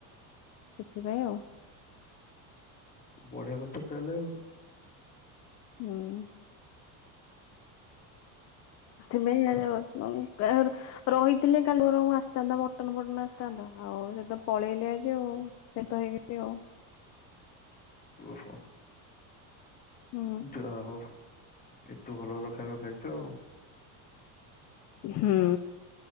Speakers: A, on the left; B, on the left.
A: ସେଥିପାଇଁ ଆଉ।
B: ବଢିଆ କଥା ତାହେଲେ ଆଉ।
A: ହୁଁ। <unintelligible> ରହିଥିଲେ କାଲି ବରମ ଆସିଥାନ୍ତା ମଟନ ଫଟନ ଆସିଥାନ୍ତା ଆଉ ସେ ତ ପଳେଇଲେ ଆଜି ଆଉ। ସେ <unintelligible> ଆଉ।
B: ଓହୋ।
A: ହୁଁ।
B: ଜା ହୋଉ ଏତେ ଭଲ ଭଲ ଖାଇବା ଖାଇଚ ଆଉ।
A: ହୁଁ।